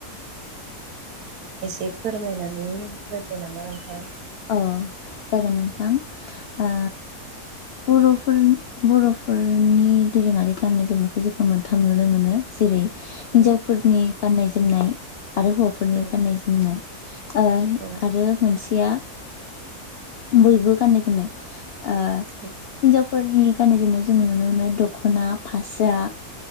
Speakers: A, on the right; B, on the left.
A: एसे फोरमायनानै होदो नामा नोंथां।
B: औ जागोन नोंथां ओ बर'फोर। बर'फोरनि दोरोङारि गाननाय जोमनायखौ जोंखौ मोनथाम नुनो मोनो जेरै। हिन्जावफोरनि
A: उम
B: गाननाय जोमनाय आरो हौवाफोरनि
A: उम
B: गाननाय जोमनाय। ओ
A: औ
B: आरो मोनसेया। बयबो गाननाय जोमनाय ओ हिनजाव।
A: उम
B: फोरनि गाननाय जोमनायाव जोङो नुनो मोनो दख'ना फास्रा।